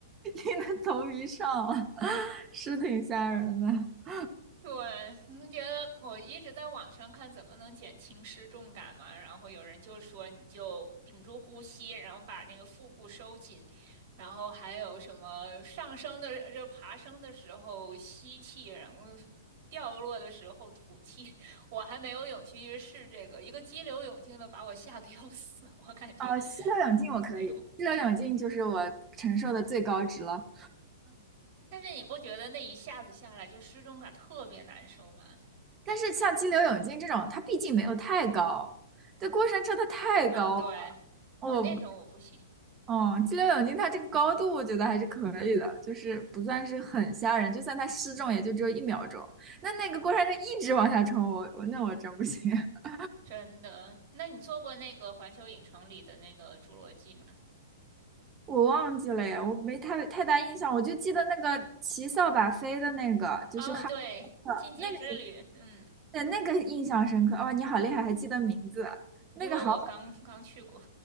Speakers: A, on the right; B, on the right.
A: 硬着头皮上了，<laughs> 是挺吓人的。
B: 对，<laughs> 你觉得我一直在网上看怎么能减轻失重感嘛，然后有人就说你就屏住呼吸，然后把那个腹部收紧，然后还有什么上升的就爬升的时候吸气，然后掉落的时候吐气。<laughs> 我还没有勇气去试这个，一个激流勇进的把我吓得要死，<laughs> 我感觉，
A: 啊，激流勇进我可以，
B: 嗯，还没有。
A: 激流勇进就是我承受的最高值了。
B: 但是你不觉得那一下子下来就失重感特别难受吗？
A: 但是像激流勇进这种，它毕竟没有太高，这过山车它太高了，
B: 嗯，对，
A: 我
B: 哦，那种我不行。
A: 哦，激流勇进，它这个高度我觉得还是可以的，就是不算是很吓人，就算它失重也就只有一秒钟。那那个过山车一直往下冲，我我那我真不行，<laughs>
B: 真的？那你做过那个环球影城里的那个侏罗纪吗？
A: 我忘记了呀，我没太太大印象，我就记得那个骑扫把飞的那个，就是哈利波特那个，
B: 哦，对，禁忌之旅，嗯，
A: 对那个印象深刻。哦，你好厉害，还记得名字，那个好
B: 因为我刚刚去过，